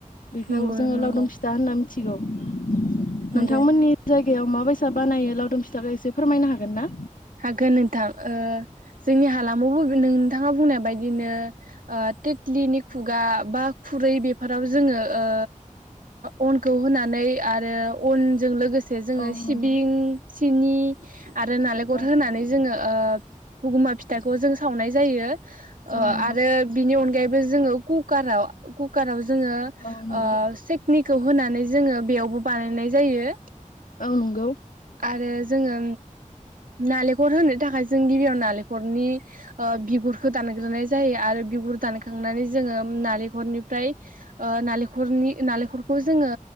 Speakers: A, on the left; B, on the right.
A: बिखौ
B: नंगौ
A: जोङो
B: नंगौ
A: लावदुम फिथा होनना थिगौ। नोंथांमोननि
B: नंगौ
A: जाय <inaudible> फिथा बानायो लावदुम फिथाखौ एसे फोरमायनो हागोन ना?
B: हागोन नोंथां। ओ जोंनि हालामावबो नों नोंथाङा बुंनाय बायदिनो औ तिटलिनि खुगा बा खुरै बेफोराव जोङो ओ अनखौ होनानै आरो अनजों लोगोसे जोङो
A: औ
B: सिबिं
A: नंगौ
B: सिनि आरो गुर
A: औ
B: होनानै जोङो ओ हुगुमा फिथाखौ जों सावनाय जायो। ओ
A: औ नंगौ
B: आरो बिनि अनगायैबो बे जोङो खुखाराव खुखाराव जोङो
A: औ नंगौ
B: ओ <unintelligible> खौ होनानै जोङो बेयावबो बानायनाय जायो।
A: औ नोंगौ।
B: आरो जोङो नालेखर होनो थाखाय जों गिबियाव नालेखरनि ओ बिगुरखौ दानग्रोनाय जायो आरो बिगुर दानखांनानै जोङो नालेखरनिफ्राय नालेखरनि नालेखरखौ जोङो